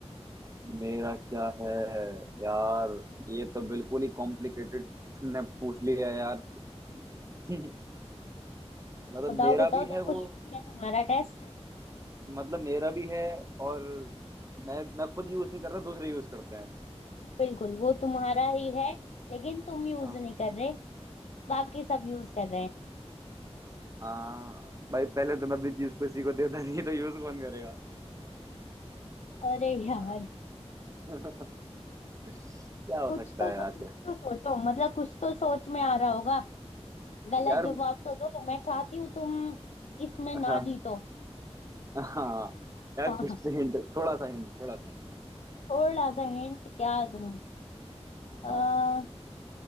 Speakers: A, on the right (about 30°); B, on the left (about 85°).
A: मेरा क्या है यार ये तो बिल्कुल ही कॉम्प्लिकेटेड ने पूछ लिया यार <laughs> मतलब
B: बताओ
A: मेरा
B: बताओ
A: भी
B: तेरे
A: है
B: को
A: वो
B: ये नहीं है तुम्हारा टेस्ट
A: मतलब मेरा भी है और मैं मैं खुद यूज नहीं करता दूसरे यूज करते हैं
B: बिल्कुल वो तुम्हारा ही है लेकिन तुम यूज
A: हाँ
B: नहीं कर रहे बाकी सब यूज कर रहे हैं
A: हाँ भाई पहले तो मैं भी चीज किसी को देता नहीं तो यूज कौन करेगा
B: अरे यार
A: हाँ। <laughs> क्या हो
B: कुछ
A: सकता
B: तो तो
A: है आज
B: कुछ तो सोचो मतलब कुछ तो सोच में आ रहा होगा गलत
A: यार
B: जवाब तो दो मैं चाहती हूँ तुम इसमें ना
A: हाँ
B: जीतो
A: हाँ यार
B: <laughs>
A: कुछ
B: हाँ
A: हिंट थोड़ा सा हिंट थोड़ा सा हिंट
B: थोड़ा सा हिंट क्या दूं अ,
A: हाँ